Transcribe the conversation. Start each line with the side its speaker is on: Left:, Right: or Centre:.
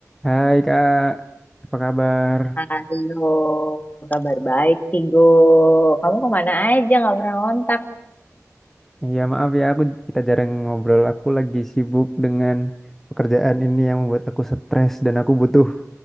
Centre: Hai Kak, apa kabar?
Left: Halo, kabar baik, Tigo. Kamu kemana aja nggak pernah ngontak?
Centre: Ya maaf ya aku kita jarang ngobrol. Aku lagi sibuk dengan pekerjaan ini yang membuat aku stres dan aku butuh